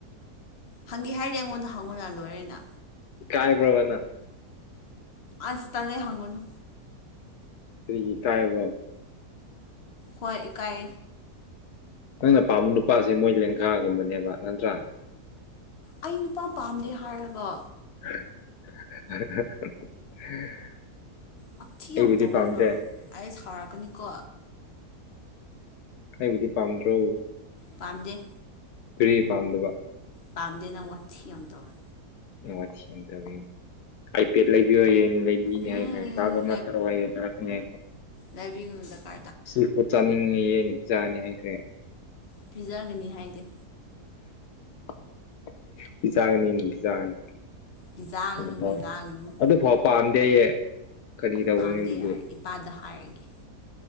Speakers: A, on the left; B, on the left.
A: ꯍꯪꯒꯦ ꯍꯥꯏꯔꯦ ꯑꯩꯉꯣꯟꯗ ꯍꯪꯉꯨꯅ ꯂꯣꯏꯔꯦꯅ
B: ꯏꯀꯥꯏꯕ꯭ꯔꯕ ꯅꯪ
A: ꯑꯁ ꯇꯥꯜꯂꯦ ꯍꯪꯒꯅꯨ
B: ꯀꯔꯤꯒꯤ ꯢꯀꯥꯢꯕ꯭ꯔꯣ
A: ꯍꯣꯏ ꯢꯀꯥꯏ
B: ꯅꯪꯅ ꯄꯥꯝꯕ ꯅꯨꯄꯥꯁꯦ ꯃꯣꯏ ꯂꯦꯡꯒꯥꯥꯒꯨꯝꯕꯅꯦꯕ ꯅꯠꯇ꯭ꯔꯥ
A: ꯑꯩ ꯅꯨꯄꯥ ꯄꯥꯝꯗꯦ ꯍꯥꯏꯔꯒ
B: <inaudible>
A: ꯋꯊꯤ
B: ꯑꯩꯕꯨꯗꯤ
A: ꯌꯥꯝ ꯇꯧꯋꯤꯅ
B: ꯄꯥꯝꯗꯦ
A: ꯑꯩ ꯁꯥꯎꯔꯛꯀꯅꯤꯀꯣ
B: ꯑꯩꯕꯨꯗꯤ ꯄꯥꯝꯗ꯭ꯔꯣ
A: ꯄꯥꯝꯗꯦ
B: ꯀꯔꯤ ꯄꯥꯝꯗꯕ
A: ꯄꯥꯝꯗꯦ ꯅꯪ ꯋꯥꯠꯊꯤ ꯑꯃ ꯇꯧꯋꯦ
B: ꯅꯪ ꯋꯥꯊꯤ ꯌꯥꯝ ꯇꯧꯌꯦ ꯑꯥꯏꯄꯦꯠ ꯂꯩꯕꯤꯌꯣꯌꯦ ꯂꯩꯕꯤꯅꯤ
A: ꯎꯝ
B: ꯍꯥꯏꯒ꯭ꯔꯦ ꯂꯥꯛ ꯑꯃ ꯊꯥꯔꯛꯑꯣ ꯍꯥꯏꯌꯦ ꯊꯥꯔꯛꯀꯅꯤ ꯍꯥꯏ
A: ꯅꯕꯤꯌꯨ ꯗꯀ
B: ꯁꯤ ꯐꯨꯠ ꯆꯥꯅꯤꯡꯉꯤꯌꯦ ꯑꯩꯅ ꯄꯤꯖꯥꯅꯤ ꯍꯥꯏꯈ꯭ꯔꯦ
A: ꯄꯤꯖꯒꯅꯤ ꯍꯥꯏꯗꯦ
B: <inaudible> ꯄꯤꯖꯥꯒꯅꯤꯗꯤ ꯄꯤꯖꯒꯅꯤ
A: ꯄꯤꯖꯥꯒꯅꯨ
B: ꯑꯗꯨ ꯐꯥꯎ
A: ꯄꯤꯖꯥꯒꯅꯨ
B: ꯑꯗꯨ ꯐꯥꯎ ꯄꯥꯝꯗꯦꯌꯦ ꯀꯔꯤ ꯇꯧꯕꯅꯦ
A: ꯄꯥꯝꯗꯦ
B: ꯑꯗꯨꯗꯤ
A: ꯌꯥꯔꯦ ꯏꯄꯥꯗ ꯍꯥꯏꯔꯒꯦ